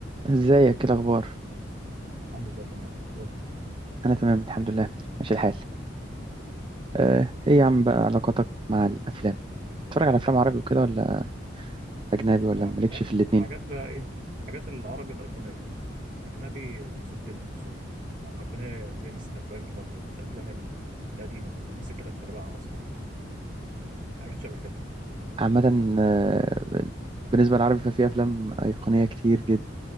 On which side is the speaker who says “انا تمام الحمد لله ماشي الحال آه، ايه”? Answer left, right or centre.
Right